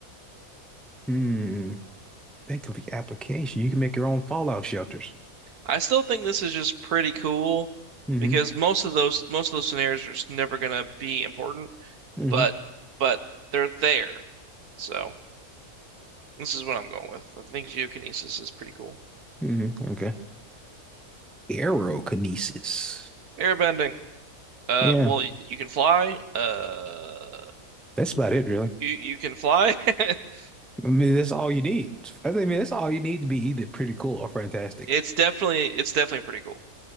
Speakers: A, in the centre; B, on the right (about 85°).
A: Hmm. Think of the application. You can make your own fallout shelters.
B: I still think this is just pretty cool
A: Mm-hmm.
B: because most of those most of those scenarios are just never gonna be important,
A: Mm-hmm.
B: but but they're there. So This is what I'm going with. I think geokinesis is pretty cool.
A: Mm-hmm. Okay. Aerokinesis.
B: Airbending. Uh,
A: Yeah,
B: well, y- you can fly. Uh,
A: that's about it, really.
B: you you can fly. <laughs>
A: I mean, that's all you need. I mean, that's all you need to be either pretty cool or fantastic.
B: It's definitely it's definitely pretty cool.